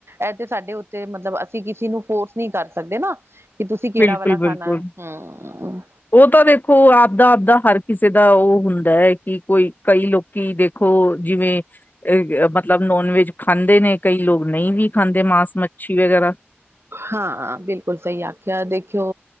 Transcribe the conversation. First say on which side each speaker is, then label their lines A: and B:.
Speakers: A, on the right (about 75°); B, on the left (about 45°).
A: ਇਹ ਤੇ ਸਾਡੇ ਉੱਤੇ ਮਤਲਬ ਅਸੀਂ ਕਿਸੇ ਨੂੰ ਫੋਰਸ ਨਹੀਂ ਕਰ ਸਕਦੇ ਨਾ। ਕਿ ਤੁਸੀਂ ਕਿਹੜਾ
B: ਬਿਲਕੁਲ,
A: ਵਾਲਾ
B: ਬਿਲਕੁਲ।
A: ਖਾਣਾ ਹੈ। ਹਮ
B: ਉਹ ਤਾ ਦੇਖੋ ਆਪਦਾ ਆਪਦਾ ਹਰ ਕਿਸੇ ਦਾ ਉਹ ਹੁੰਦਾ ਹੈ ਕਿ ਕੋਈ ਕਈ ਲੋਕੀ ਦੇਖੋ ਜਿਵੇਂ ਅ ਮਤਲਬ ਨੋਨ ਵੈਜ ਖਾਂਦੇ ਨੇ। ਕਈ ਲੋਕ ਨਹੀਂ ਵੀ ਖਾਂਦੇ। ਮਾਸ- ਮੱਛੀ ਵਗੈਰਾ
A: ਹਾਂ, ਬਿਲਕੁਲ ਸਹੀ ਆਖਿਆ ਦੇਖੋ